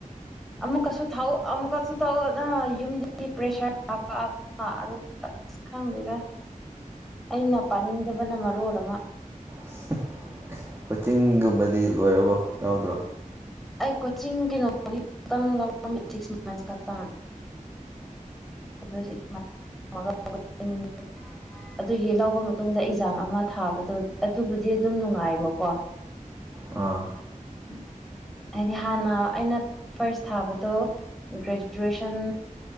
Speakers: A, in the centre; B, on the right.
A: ꯑꯃꯨꯛꯀꯁꯨ ꯊꯥꯎ ꯑꯃꯨꯛꯀꯁꯨ ꯊꯧꯅ ꯌꯨꯝꯗꯒꯤ ꯄ꯭ꯔꯦꯁꯔ ꯍꯥꯄ <unintelligible> ꯑ <unintelligible> ꯑꯁ ꯈꯪꯗꯦꯗ ꯑꯩꯅ ꯄꯥꯅꯤꯡꯗꯕꯅ ꯃꯔꯣꯜ ꯑꯃ
B: <unintelligible> ꯀꯣꯆꯤꯡꯒꯨꯝꯕꯗꯤ ꯂꯣꯏꯔꯕꯣ ꯌꯥꯎꯗ꯭ꯔꯣ
A: ꯑꯩ ꯀꯣꯆꯤꯡ ꯀꯩꯅꯣꯒꯤ ꯈꯛꯇꯪ ꯂꯧꯔꯝꯃꯤ ꯁꯤꯛꯁ ꯃꯟꯁ ꯈꯛꯇꯪ ꯑꯗꯨꯏ ꯁꯨ <unintelligible> ꯑꯗꯨꯒꯤ ꯂꯧꯕ ꯃꯇꯨꯡꯗ ꯑꯦꯛꯖꯥꯝ ꯑꯃ ꯊꯥꯕꯗꯣ ꯑꯗꯨꯕꯨꯗꯤ ꯑꯗꯨꯝ ꯅꯨꯡꯉꯥꯏꯕꯀꯣ
B: ꯑꯥ
A: ꯎꯝ ꯍꯥꯏꯗꯤ ꯍꯥꯟꯅ ꯑꯩꯅ ꯐꯥꯔꯁ ꯊꯥꯕꯗꯣ ꯒ꯭ꯔꯦꯖꯨꯑꯦꯁꯟ